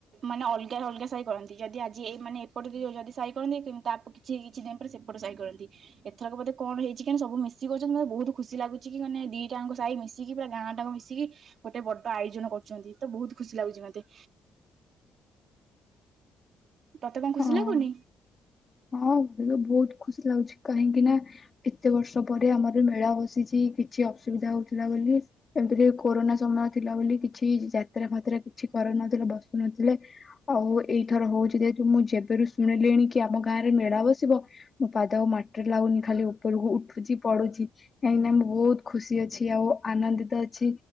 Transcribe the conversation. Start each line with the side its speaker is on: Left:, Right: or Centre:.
Right: ମାନେ ଅଲଗାରେ ଅଲଗା ସାହି କରନ୍ତି ଯଦି ଆଜି ଏ ମାନେ ଏପଟେ ଯଦି ସାହି କରନ୍ତି। ତା କିଛି କିଛି ଦିନ ପରେ ସେପଟ ସାହି କରନ୍ତି ଏଥରକ ବୋଧେ କଣ ହେଇଛି କି ସବୁ ମିଶି କରଛନ୍ତି ମତେ ବହୁତ ଖୁସି ଲାଗୁଛି କି ମାନେ ଦିଟାଙ୍କ ସାହି ମିଶିକି ପୁରା ଗାଁ ଟାଙ୍କ ମିଶିକି ଗୋଟେ ବଡ ଆୟୋଜନ କରୁଛନ୍ତି ତ ବହୁତ ଖୁସି ଲାଗୁଛି ମତେ ତତେ କଣ ଖୁସି
Left: ହଁ।
Right: ଲାଗୁନି
Left: ହଁ ମତେ ତ ବହୁତ ଖୁସି ଲାଗୁଛି କାହିଁକି ନା ଏତେ ଏତେ ବର୍ଷ ପରେ ଆମର ମେଳା ବସିଛି। କିଛି ଅସୁବିଧା ହଉଥିଲା ବୋଲି ଏମିତିରେ କୋରୋନା ସମୟ ଥିଲା ବୋଲି କିଛି କି ଯାତ୍ରା ଫାତ୍ରା କିଛି କରୁନଥିଲେ ବସୁନଥିଲେ ଆଉ ଏଇଥର ହଉଛି ଯେହେତୁ ମୁଁ ଯେବେରୁ ଶୁଣିଲିଣି କି ଆମ ଗାଁରେ ମେଳା ବସିବ ମୁଁ ପାଦ ମାଟିରେ ଲାଗୁନି ଖାଲି ଉପରକୁ ଉଠୁଛି ପଡୁଛି କାହିଁକିନା ମୁଁ ବହୁତ ଖୁସି ଅଛି ଆଉ ଆନନ୍ଦିତ ଅଛି